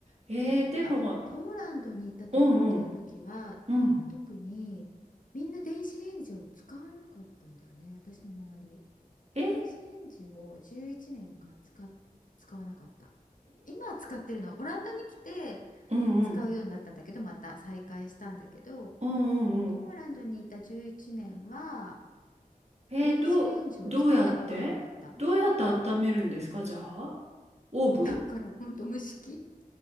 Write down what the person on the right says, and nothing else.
えー、
でも、うんうん。
うん。ええ
うんうん。
うんうんうん。
えー、
どう、どうやってどうやって温めるんですかじゃあオーブン